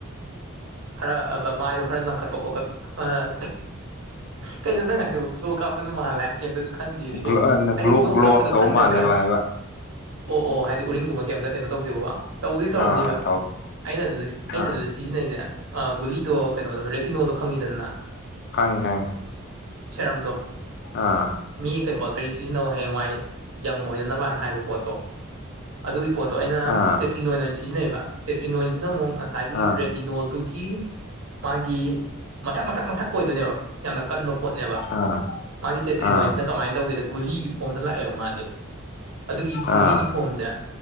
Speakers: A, on the right (about 80°); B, on the left (about 55°).
A: ꯈꯔ ꯃꯥꯏꯗꯨ ꯈꯔ ꯂꯪꯈꯠ ꯄ ꯈꯣꯀꯠ ꯑꯥ ꯑꯥ ꯀꯩꯅꯣ ꯅꯪ ꯍꯥꯢꯗꯨꯕꯣ ꯒ꯭ꯂꯣ ꯀꯥꯞ ꯑꯗꯨ ꯃꯥꯜꯂꯦ ꯀꯩꯝꯇꯁꯨ ꯈꯪꯗꯦꯗꯤ
B: ꯒ꯭ꯂꯣ
A: ꯀꯩꯅꯣ ꯍꯥꯏꯗꯤ ꯒ꯭ꯂꯣ ꯀꯥꯞꯄꯗꯣ
B: ꯑꯞ ꯇꯧꯕ
A: ꯈꯪꯗꯕ꯭ꯔꯥ
B: ꯃꯥꯜꯂꯦꯕ ꯍꯥꯏꯕ
A: ꯑꯣ ꯑꯣ ꯍꯥꯏꯗꯤ ꯎꯔꯤꯡꯒꯨꯝꯕ ꯀꯩꯝꯇ ꯀꯩꯅꯣ ꯇꯧꯗꯦꯕꯀꯣ ꯇꯧꯕꯗꯤ ꯇꯧꯔꯝꯅꯤꯕ
B: ꯑꯥ ꯇꯧ
A: ꯑꯩꯅ ꯑꯗꯨꯗꯤ ꯑꯩꯅ
B: ꯑꯥ
A: ꯑꯗꯨꯗꯤ ꯁꯤꯖꯤꯟꯅꯩꯁꯦ ꯑꯥ ꯒꯨꯂꯤꯗꯣ ꯀꯩꯅꯣꯗꯣ ꯔꯦꯇꯤꯅꯣꯜꯗꯣ ꯈꯪꯉꯤꯗꯅ ꯅꯥ
B: ꯈꯪꯉꯦ ꯈꯪꯉꯦ
A: ꯁꯦꯔꯝꯗꯣ
B: ꯑꯥ
A: ꯃꯤꯒꯤ ꯀꯝꯄꯜꯁꯔꯤ ꯁꯤꯖꯤꯟꯅꯧ ꯍꯌꯦꯡꯋꯥꯏ ꯌꯪ ꯑꯣꯏꯅꯅꯕ ꯍꯥꯏꯕ ꯄꯣꯠꯇꯣ ꯑꯗꯨꯒꯤ ꯄꯣꯠꯇꯣ ꯑꯩꯅ
B: ꯑꯥ
A: ꯇꯦꯇ꯭ꯔꯤꯅꯣꯏꯟ ꯑꯣꯏꯅ ꯁꯤꯖꯤꯟꯅꯩꯑꯕ ꯇꯦꯇ꯭ꯔꯤꯅꯣꯏꯟꯁꯤꯅ ꯑꯃꯨꯛ ꯉꯁꯥꯏꯒꯤ
B: ꯑꯥ
A: ꯔꯦꯠ ꯇꯤꯅꯣꯜꯗꯨꯒꯤ ꯃꯥꯒꯤ ꯃꯊꯛ ꯃꯊꯛ ꯃꯊꯛ ꯑꯣꯏꯗꯣꯏꯅꯦꯕ ꯌꯥꯝꯅ ꯀꯟꯕ ꯄꯣꯠꯅꯦꯕ
B: ꯑꯥ
A: ꯃꯥꯒꯤ ꯇꯦꯇ꯭ꯔꯤꯅꯣꯏꯟꯁꯤꯅ
B: ꯑꯥ
A: ꯀꯃꯥꯏꯅ ꯇꯧꯒꯦꯗ ꯒꯨꯂꯤꯒꯤ ꯐꯣꯝꯗ ꯂꯥꯛꯑꯦꯕ ꯃꯥꯗꯤ ꯑꯗꯨꯒꯤ ꯒꯨꯂꯤꯒꯤ
B: ꯑꯥ
A: ꯐꯣꯝꯖꯦ